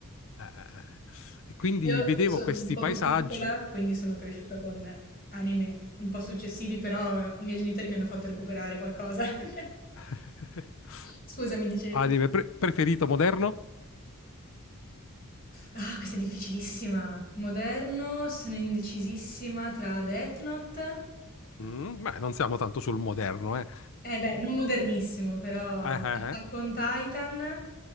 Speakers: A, on the left (about 65°); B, on the left (about 45°).
A: Eh, eh, eh. E quindi
B: Eh Io beh.
A: vedevo
B: sono
A: questi
B: un po'
A: paesaggi.
B: più piccola, quindi sono cresciuta con anime un po' successivi, però eh, i miei genitori mi hanno fatto recuperare qualcosa. <laughs>
A: <laughs>
B: Scusa, mi dicevi?
A: Anime pre- preferito moderno?
B: Ah, questa è difficilissima. Moderno, sono indecisissima tra Death Note.
A: Mm, beh, non siamo tanto sul moderno, eh. <laughs>
B: Eh beh, non modernissimo, però
A: Eh, eh,
B: Attack
A: eh.
B: on Titan,